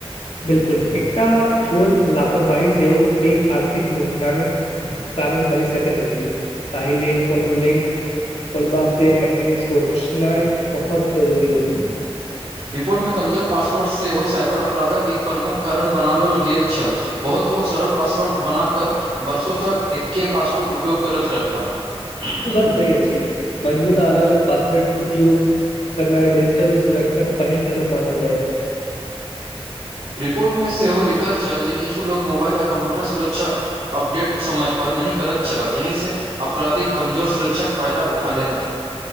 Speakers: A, on the left; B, on the right.
A: बिलकुल एकटा छोट लापरवाही सेहो पैघ आर्थिक नुकसानक कारण बनि सकत अछी कहि लिल कोनो लिंक खोलबा से पहिने सोचनाइ बहुत जरूरी अछि
B: रिपोर्टमे कमजोर पासवर्ड सेहो साइबर अपराधक एक प्रमुख कारण बनाबोल गेल छल बहुत लोक सरल पास वर्ड बना <unintelligible> क बर्सो तक एकके पासवर्ड उपयोग करैत रहला <unintelligible>
A: ई बात सही अछि मजबूत अलग अलग पासवर्ड उपयोग करना डिजिटल सुरक्षा के पहिल कदम मानल जाइत
B: रिपोट मे सेहो लिख लिखल छल जे किछु लोक मोबाइल आ कम्प्यूटर सुरक्षा अपडेट समयपर नहि करैत छलाह जाहिसँ अपराधिक कमजोर सुरक्षक फायदा उठा लेल